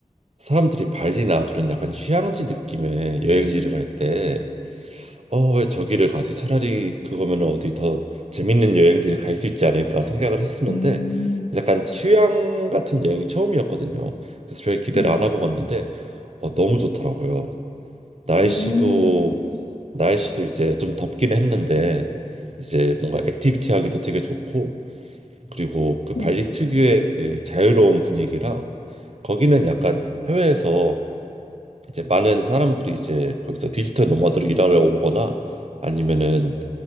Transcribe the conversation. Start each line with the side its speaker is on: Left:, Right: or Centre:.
Right: 사람들이 발리나 그런 약간 휴양지 느낌의 여행지를 갈 때, 어, 왜 저기를 가지? 차라리 그거면 어디 더 재밌는 여행지를 갈 수 있지 않을까 생각을 했었는데,
Left: 음,
Right: 약간 휴양 같은 여행이 처음이었거든요. 그래서 별 기대를
Left: 네.
Right: 안 하고 갔는데, 어, 너무 좋더라고요. 날씨도
Left: 오,
Right: 날씨도 이제 좀 덥긴 했는데 이제 뭔가 액티비티 하기도 되게 좋고 그리고 그
Left: 오.
Right: 발리 특유의 그 자유로운 분위기랑 거기는 약간 해외에서 이제 많은 사람들이 이제 거기서 디지털 노마드로 일하러 오거나 아니면은